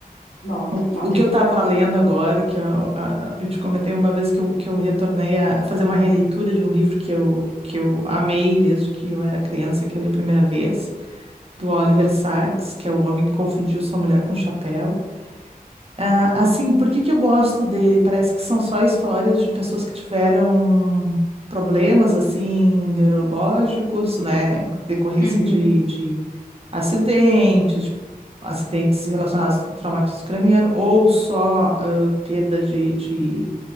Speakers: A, on the left; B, on the right.
A: Bota,
B: O, que
A: bota
B: o que
A: que
B: eu estava
A: tu vai gostar.
B: lendo agora, que eu, a- a- eu te comentei uma vez que eu, que eu retornei a fazer uma releitura de um livro que eu, que eu amei desde que eu era criança, que eu li a primeira vez, do Oliver Sacks, que é um homem que confundiu sua mulher com um chapéu. Ah, assim, por que que eu gosto dele? Parece que são só histórias de pessoas que tiveram problemas, assim, neurológicos, né, decorrência
A: Uhum,
B: de. de acidentes, acidentes relacionados ao traumatismo craniano, ou só ah, perda de, de,